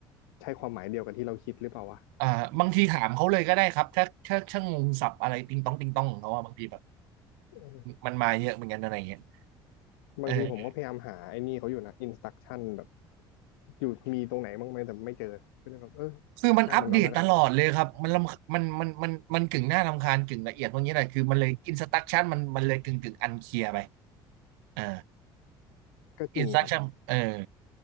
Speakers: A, on the left; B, on the right.
A: ใช่ความหมายเดียวกันที่เราคิดหรือเปล่าวะ
B: อ่าบางทีถามเขาเลยก็ได้ครับถ้าถ้าถ้างงศัพท์อะไรติงต้องติงต้องของเขาว่าบางทีแบบ
A: เออ
B: มันมาเยอะเหมือนกันอะไรอย่างเงี้ย
A: บางทีผมก็พยายามหาไอ้นี่เขาอยู่นะอินสต
B: เออ
A: u ักชั่นแบบอยู่มีตรงไหนบ้างไหมแต่ไม่เจอก็เลยแบบเออ
B: คือมันอัปเดตตลอดเลยครับมันรำมันมันมันมันกึ่งหน้ารำคาญกึ่งละเอียดพวกนี้แหละคือมันเลยอินสตรัคชั่นมันมันเลยกึ่งกึ่งอันเคลียร์ไป
A: ช่างมันก่อนแล้วกัน
B: เออ
A: ก็จริงครับ
B: อินสตรัคชั่นเออ